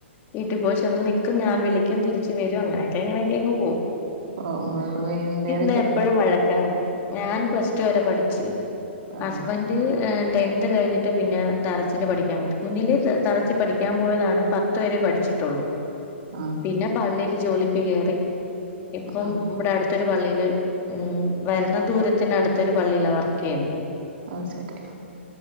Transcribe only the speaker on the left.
വീട്ടിൽ പോയി ചെന്ന് നിക്കും ഞാൻ വിളിക്കും തിരിച്ച് വരും അങ്ങനെയൊക്കെഎങ്ങനെയൊക്കെങ്ങ് പോവും.
ഞാ എപ്പഴും വഴക്കാണ്. ഞൻ പ്ല സ് ടു വരെ പഠിച്ച്
ഹസ്ബന്റ് ഏ ടെൻത് കഴിഞ്ഞിട്ട് പിന്നെ ദർസില് പഠിക്കാൻ പോയി. കുഞ്ഞിലി ദ ദർസിൽ പഠിക്കാൻ പോയതാണ് പത്ത് വരെ പഠിച്ച് ട്ടൊള്ളു
പിന്നെ പള്ളില് ജോലിക്ക് കേറി. ഇപ്പോ
ഇവിടെ അടുത്തൊരു പള്ളിയില് ഉം വര്ന്ന ദൂരത്തിനടുത്തൊ രു പള്ളിയിലാ വർക്ക്യ്യ്ന്നെ.